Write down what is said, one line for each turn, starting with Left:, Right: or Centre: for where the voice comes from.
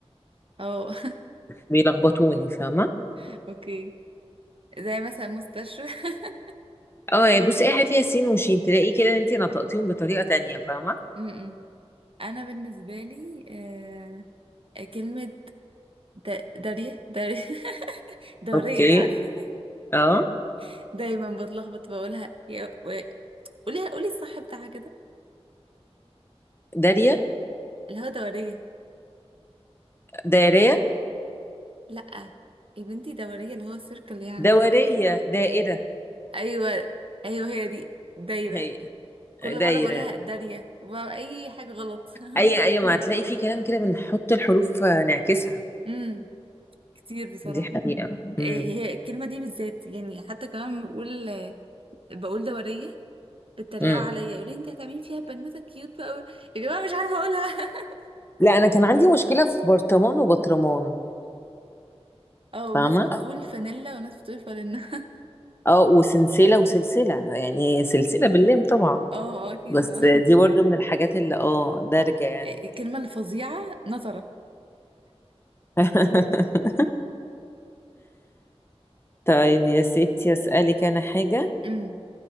Right: اه
Left: بيلخبطوني فاهمة
Right: <laughs> اوكي زي مثلا مستشفى <laughs>
Left: اه يعني بصي اي حاجة فيها سين وشين تلاقي كده انت نطقتيهم بطريقة تانية فاهمة
Right: م-م. انا بالنسبه لي آه، كلمه د- داريه داريه <laughs> دوريه
Left: اوكي
Right: يعني
Left: اه
Right: <laughs> دايما بتلخبط بقولها يا- و- قوليها قولي الصح بتاعها كده
Left: دارية
Right: اللي هو دوريه
Left: دايرية
Right: لا يا بنتي دوريه اللي هو سيركل يعني
Left: دورية دائرة
Right: ايوه ايوه هي دي دايره
Left: هي
Right: كل
Left: دايرة
Right: مره بقولها داريه بقى اي حاجه غلط <laughs>
Left: اي اي ما هتلاقي فيه كلام كده بنحط الحروف آه، نعكسها
Right: امم كتير بصراحه
Left: دي حقيقة
Right: إيه
Left: امم
Right: هي الكلمه دي بالذات يعني حتى كمان بقول بقول دوريه بيتريقوا
Left: امم
Right: عليا يقولوا لي انت هتعملي فيها بنوته كيوت بقى أوي. يا جماعه مش عارفه اقولها <laughs>
Left: لا انا كان عندي مشكلة في برطمان وبطرمان
Right: اه وناس
Left: فاهمة
Right: بتقول فانيلا وناس بتقول فانيلا
Left: اه وسلسلة وسلسلة يعني سلسلة باللام طبعا
Right: <laughs> اه اه اكيد
Left: بس
Right: طبعا
Left: دي برضو من الحاجات اللي اه دارجة يعني
Right: إيه، الكلمه الفظيعه نظره
Left: <laughs> طيب يا ستي اسألك انا حاجة
Right: امم